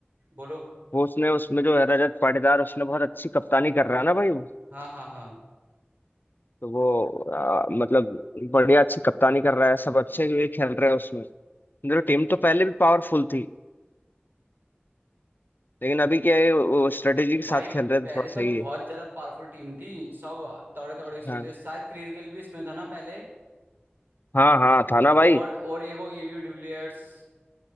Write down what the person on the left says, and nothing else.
वो उसने उसमें जो है रजत पाटीदार उसने बहुत अच्छी कप्तानी कर रहा है ना भाई वो
तो वो आ, मतलब बढ़िया अच्छी कप्तानी कर रहा है सब अच्छे भी खेल रहे हैं उसमें देखो टीम तो पहले भी पावरफुल थी लेकिन अभी क्या है वो स्ट्रेटेजी के साथ
खेल रहे हैं
तो थोड़ा सही
है
हाँ
हाँ हाँ था ना भाई